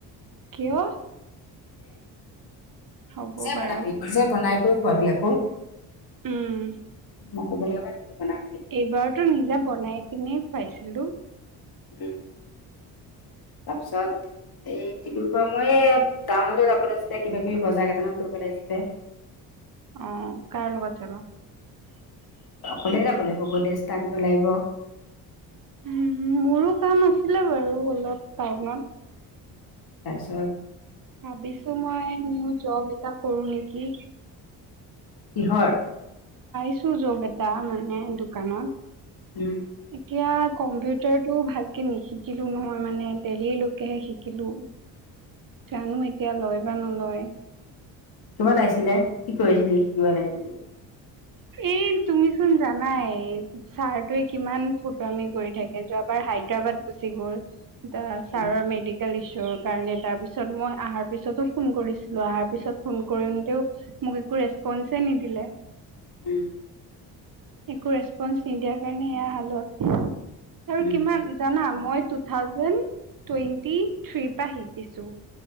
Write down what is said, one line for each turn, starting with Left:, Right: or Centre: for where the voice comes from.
Right: কিয়। হ'ব
Left: নিজে
Right: বাৰু
Left: বনাবি নিজে বনাই কৰি খোৱাবি আকৌ।
Right: উম।
Left: মোক ক'ব লাগা নেকি বন <unintelligible>
Right: এইবাৰতো নিজে বনাই কিনে খুৱাইছিলো।
Left: এ তাৰপিছত এই ডিব্ৰুগড় মই টাউনলৈ যাব লাগিছিলে কিবা কিবি বজাৰ কেইটামান কৰিব লাগিছিলে।
Right: অহ, কাৰ লগত যাবা।
Left: অকলে যাব লাগিব গৈদেশটা আনিব লাগিব।
Right: উম, মোৰো কাম আছিলে বাৰু অলপ টাউনত।
Left: এছ
Right: ভাবিছো মই নিউ জব এটা কৰো নেকি?
Left: কিহৰ
Right: ইছো জব এটা মানে দোকানত
Left: উম
Right: এতিয়া কম্পিউটাৰ টো ভাল নিশিকিলো নহয় মানে তেলীলৈকেহে শিকিলো। জানো এতিয়া লয় বা নলয়।
Left: শিকিব লাগিছিলে কি কৰি থাকিলি শিকিব লাগে যদি।
Right: এ তুমি চোন জানাই। ছাৰটোৱে কিমান ফটো আমি কৰি থাকে যোৱাবাৰ হায়দৰাবাদ গুচি গল। চাৰাৰ
Left: উম
Right: মেডিকেল ইছু কাৰণ তাৰ পিছত মই অহাৰ পিছতো ফোন কৰিছিলো অহাৰ পিছত ফোন কৰোতেও মোক ৰেচপঞ্চ এ নিদিলে।
Left: উম,
Right: একো ৰেচপন্ঞ্চ নিদিয়াৰ কাৰণে এয়া হালত। আৰু
Left: উম
Right: কিমান জানা মই টু থাউজেণ্ড টুৱেণ্টি থ্ৰী পৰা শিকিছোঁ।